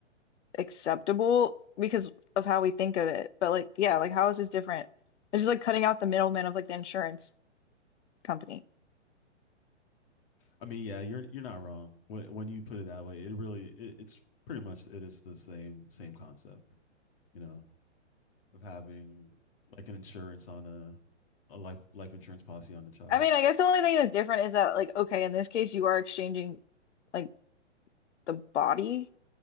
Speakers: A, on the left; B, on the left.
A: acceptable because of how we think of it. But like, yeah, like how is this different? It's just like cutting out the middleman of like the insurance company.
B: I mean, yeah, you're you're not wrong when when you put it that way. It really it, it's pretty much it is the same same concept, you know, of having like an insurance on a a life life insurance policy on a child.
A: I mean, I guess the only thing that's different is that like, okay, in this case, you are exchanging like the body